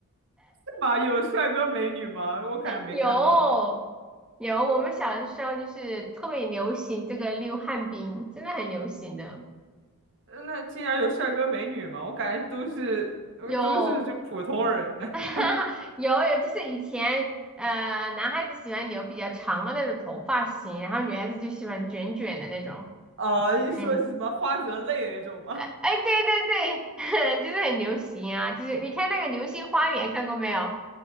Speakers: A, on the right; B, in the centre.
A: 是吗？有帅哥美女吗？我感觉没看到。
B: 有有，我们小的时候就是特别流行这个溜旱冰，真的很流行的。
A: 呃那竟然有帅哥美女吗？我感觉都是呃都是就普通人
B: 有，
A: <laughs>
B: <laughs> 有有，就是以前呃，男孩子喜欢留比较长的那种头发型，然后女孩子就喜欢卷卷的那种。
A: 啊，一说是什么花泽类那种吗？
B: 就在你，哎哎，
A: <laughs>
B: 对对对，<laughs> 就是很流行啊，就是你看那个《流星花园》看过没有？